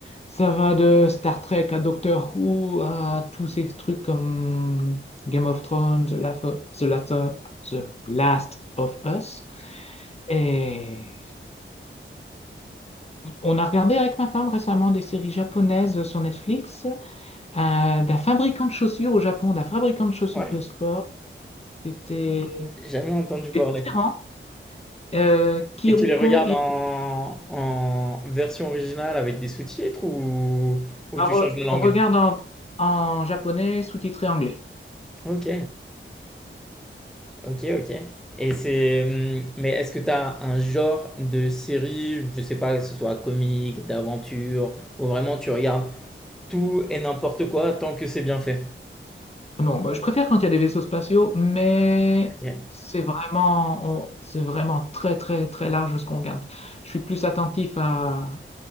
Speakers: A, on the left (about 30°); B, in the centre.
A: Ça va de Star Trek à Doctor Who à tous ces trucs comme Game of Thrones, The Last of, The Last of- The Last of Us. Et on a regardé avec ma femme récemment des séries japonaises sur Netflix, euh, d'un fabricant de chaussures au Japon, d'un fabricant de chaussures
B: Ouais.
A: de sport. C'était
B: Jamais entendu parler.
A: c'était Terran, euh, Kiruko
B: Et tu les regardes
A: Hiro.
B: en, en version originale avec des sous-titres ou, ou
A: Alors,
B: tu changes
A: euh,
B: de langue?
A: on regarde en, en japonais sous-titré anglais.
B: Ok, ok, ok. Et c'est, hum, mais est-ce que tu as un genre de série, je sais pas, que ce soit comique, d'aventure, ou vraiment tu regardes tout et n'importe quoi tant que c'est bien fait?
A: Ah Non, bah, je préfère quand il y a des vaisseaux spatiaux, mais
B: Ok.
A: c'est vraiment, on- c'est vraiment très, très, très large ce qu'on regarde. Je suis plus attentif à,